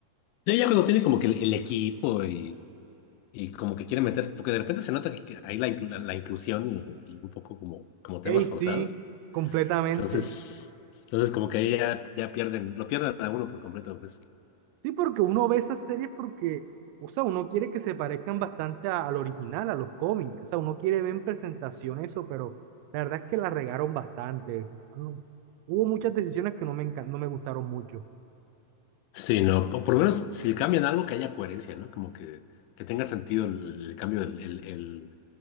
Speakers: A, on the left; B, on the right.
A: Sí, ya cuando tiene como que el, el equipo y, y como que quiere meter, porque de repente se nota que, que hay la, inclu- la, la inclusión y, y un poco como, como temas
B: Ey,
A: forzados.
B: sí, completamente.
A: Entonces, entonces como que ahí ya, ya pierden, lo pierden a uno por completo, pues.
B: Sí, porque uno ve esas series porque, o sea, uno quiere que se parezcan bastante a- al original, a los cómics, o sea, uno quiere ver en presentación eso, pero la verdad es que la regaron bastante. No- no- hubo muchas decisiones que no me, encan- no me gustaron mucho.
A: Sí, no, po- por, lo menos si cambian algo que haya coherencia, ¿no? Como que, que tenga sentido el, el cambio, del- el, el-